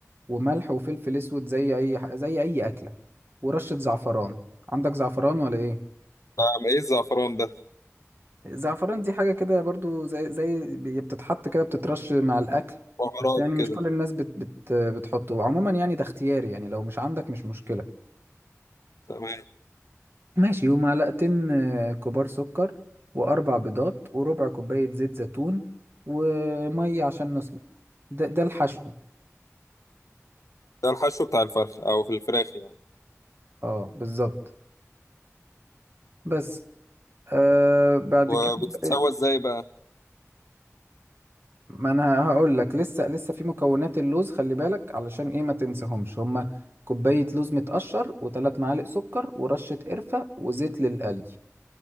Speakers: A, on the right; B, on the left.
A: وملح وفلفل اسود زي اي ح- زي اي اكلة ورشة زعفران عندك زعفران ولا ايه
B: ده ايه الزعفران ده
A: زعفران دي حاجة كده برضو زي زي بي- بتتحط كده بتترش مع الأكل
B: بهارات
A: بس يعني مش
B: كده
A: كل الناس بت بت بتحطه وعموما يعني ده اختياري يعني لو مش عندك مش مشكلة
B: تمام
A: ماشي ومعلقتين آه، كبار سكر وأربع بيضات وربع كوباية زيت زيتون ومية عشان نسلق ده ده الحشو
B: ده الحشو بتاع الفرخ او في الفراخ يعني
A: اه بالظبط بس آه بعد
B: وبتتسوى
A: كده
B: ازاي بقى
A: ما انا هقول لك لسه لسه في مكونات اللوز خلي بالك علشان ايه ما تنساهمش هما كوباية لوز متقشر وثلاث معالق سكر ورشة قرفة وزيت للقلي